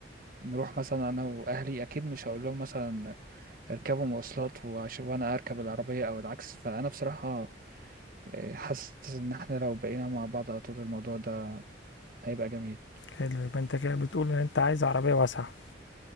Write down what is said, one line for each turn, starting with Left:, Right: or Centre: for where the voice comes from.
Right: نروح مثلا انا واهلي اكيد مش هقول لهم مثلا يركبوا مواصلات وعش- وانا اركب العربية او العكس فانا بصراحة آه، حاسس ان احنا لو بقينا مع بعض على طول الموضوع ده هيبقى جميل
Left: حلو يبقى انت كده بتقول ان انت عايز عربية واسعة